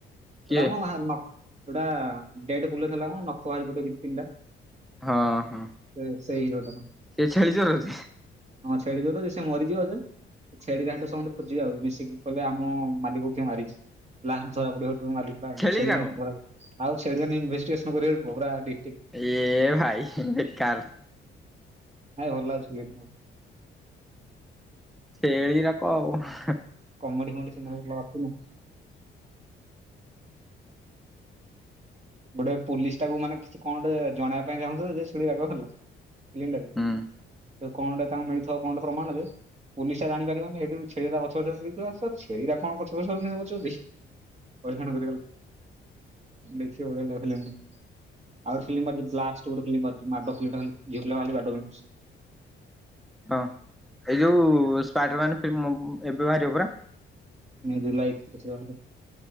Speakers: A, in the centre; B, on the right (about 35°).
A: କିଏ
B: ଗୋଟା ମୁଁ ବା ନକ୍ ଯୋଟା ଡେଟ୍ ବୁଲେଇଦେଲା ଖୁଣୁ ନଖ ବାହାରିପଡିବ ଦି ତିନିଟା।
A: ହଁ ହଁ।
B: ସେ ସେଇ ହିରୋଟାର।
A: ସେ ଛେଳିଚରଉଛି।
B: ହଁ ଛେଳିଚରଉଛି ସେ ମରିଯିବ ଯେ। ଛେଳିଟାକୁ ସମସ୍ତେ ଖୋଜିବେ ଆଉ ମିଶିକି କହିବେ ଆମ ମାଲିକକୁ କିଏ ମାରିଛି। ପ୍ଲାନ୍ ଧରାପଡ଼ିବ ସେଠୁ ମାଲିକ୍ ବା
A: ଛେଳି
B: ଛେଳିମାନଙ୍କୁ
A: ରାକ
B: ଧରା ପ ଆଉ ଛେଳିମାନେ ଇନଭେଷ୍ଟିକେଶନ୍ କରିବେ ରେ ପୁଅ ପୁରା ଡି
A: ଏ ଏ ଏ ଭାଇ ବେକାର।
B: ନାଇଁ ଭଲ ଅଛି। <inaudible>
A: ସେ ଏଆଇ ର କଣ ହବ।
B: କମେଡି କମେଡି ସିନା ଭଲ ଆସୁନି। ଗୋଟେ ପୋଲିସ ଟାକୁ ମାନେ କିଛି କଣ ଗୋଟେ ଜଣେଇବା ପାଇଁ ଚାହୁଁଥିଲା ଯେ <inaudible> ଲିଙ୍କ୍ ଟା ଦିଅ
A: ହୁଁ
B: ତାଙ୍କୁ କଣଟା ତାଙ୍କୁ ମିଳିଥିବ କଣ ଗୋଟେ ପ୍ରମାଣରେ ପୋଲିସାର ଆଣିପାରିବନି ଇଠୁ ଛେଳି ତା ପଛେ ଆସି କହିବେ ସାର୍ ଛେଳିଗୁରା କଣ ପଛେ ପଛେ ଆଉଛନ୍ତି ଆମ ପଛେ ପଛେ। ପଖାନା କରଗ ଦେଖିବା ଦେଖଲ <inaudible> ଆଉ ଗୋଟେ ଫିଲ୍ମ ଅଛି ବ୍ଲାଷ୍ଟ ଗୋଟେ ଫିଲ୍ମ ଅଛି ମାଡ଼ ଫିଲ୍ମ ଟା ଖାଲି ଝିଅପିଲା ଖାଲି ବଡଉଛନ୍ତି। ମୁ ସ୍ <inaudible> <unintelligible>
A: ହଁ ଏଇ ଯୋଉ ଉ ସ୍ପାଇଡରମ୍ୟାନ ଫି ମୁଁ ଏବେ ବାହାରିବ ପରା।
B: ମେ ଜୁଲାଇ <inaudible> ବାହାରିବ।